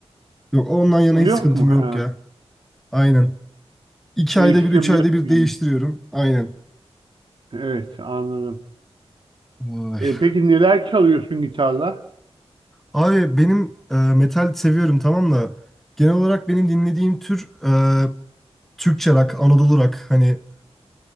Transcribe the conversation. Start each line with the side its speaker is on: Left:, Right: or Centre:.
Centre: Yok ondan yana
Right: O
Centre: hiç
Right: yok
Centre: sıkıntım
Right: mu? Ha.
Centre: yok ya. Aynen. İki
Right: Değiştirebiliyorsun
Centre: ayda bir, üç ayda bir
Right: yani.
Centre: değiştiriyorum. Aynen.
Right: Evet anladım.
Centre: Vay.
Right: E, peki neler çalıyorsun gitarla?
Centre: Abi benim e, metal seviyorum tamam da genel olarak benim dinlediğim tür e, Türkçe rock, Anadolu rock. Hani